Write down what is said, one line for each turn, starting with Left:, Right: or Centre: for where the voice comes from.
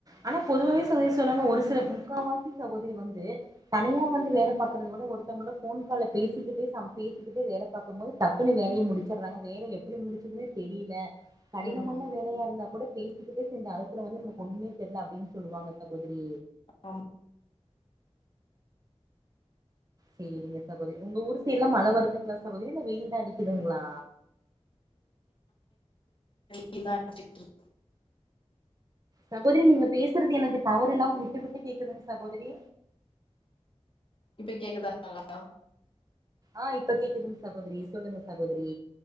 Right: ஆனா பொதுவாவே சகோத்ரி சொல்லுவாங்க ஒரு சில முக்கா வாசி சகோதிரி வந்து தனியா வந்து வேல பாக்றத விட ஒருத்தவங்ளொட போன் கால்ல பேசிக்கிட்டு சம் பேசிக்கிட்டு வேல பாக்கும் போது டக்குன்னு வேலய முடுச்சட்றாங்க வேல எப்புடி முடுச்சதுனே தெரிய்ல கடினமான
Left: ம்
Right: வேலையா இருந்தா கொட பேசிக்கிட்டே செஞ்ச அழுப்புல வந்து நம்ம ஒன்னுமே தெர்ல அப்டின்னு சொல்லுவாங்க சகோதிரி
Left: ஆமா
Right: சேரிங்க சகோதரி உங்க ஊருசைட்லா மழ வருதுங்ளா சகோதரி இல்ல வெயில்தா அடிக்குதுங்ளா
Left: வெயில் தா அடிச்சிட்ருக்
Right: சகோதரி நீங்க பேசுறது எனக்கு டவரு இல்லாம விட்டு விட்டு கேக்குதுங் சகோதரி
Left: இப்ப கேக்குதா நல்லா
Right: ஆ இப்ப கேக்குதுங் சகோதரி சொல்லுங்க சகோதரி